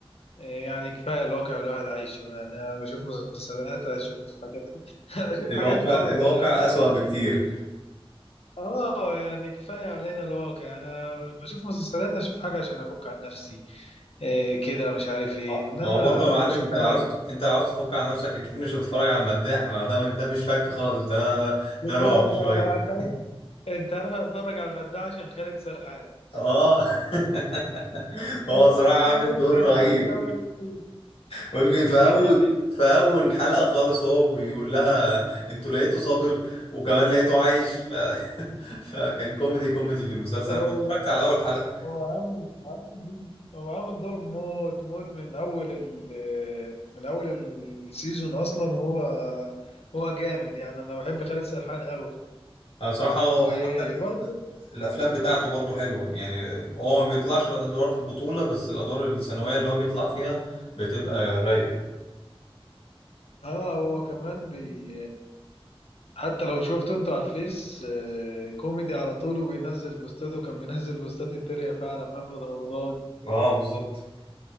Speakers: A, on the left; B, on the left.
A: يعني كفايه الواقع اللي الواحد عايشه يعني انا بشوف مسلسلات اشوف حاجات <laughs>
B: الواقع
A: اشوف حاجات كوميدي
B: الواقع
A: لا
B: أسوأ بكتير
A: اه يعني كفايه علينا الواقع انا بشوف مسلسلات اشوف حاجه عشان افك عن نفسي إيه كده مش عارف ايه
B: ما
A: انما
B: ما برضه يا معلم
A: اشوف
B: انت لو
A: حاجه
B: عاوز انت لو عاوز تفك عن نفسك اكيد مش هتتفرج على المداح ما ده ده مش فك خالص ده ده, ده رعب
A: لا
B: شويه
A: لا لا انت عارف انت عارف اتفرج على المداح عشان خالد سرحان
B: اه <laughs> هو
A: <laughs>
B: صراحه عامل
A: خالد
B: دور
A: سرحان
B: رهيب
A: ده وكيل.
B: ويمكن في
A: جامد
B: اول في
A: أنا
B: اول
A: حط-
B: حلقه خالص هو بيقول لها انتوا لقيته صابر وكمان لقيته عايش ف... <laughs> فكان كوميدي كوميدي في المسلسل
A: هو
B: انا اتفرجت على اول حلقه
A: هو عامل عامل هو عامل دور موت موت من اول ال من اول السيزون اصلا وهو هو جامد يعني انا بحب خالد سرحان قوي
B: انا بصراحه هو-
A: وبرضه
B: حتى الافلام بتاعته برضو حلوه يعني هو ما بيطلعش ادوار بطوله بس الادوار الثانويه اللي هو بيطلع فيها بتبقى رايقه
A: اه هو كمان بي حتى لو شفته انتوا على الفيس آه، كوميدي على طول وبينزل بوستاته وكان بينزل بوستات التريقة فعلا محمد رمضان
B: اه بالظبط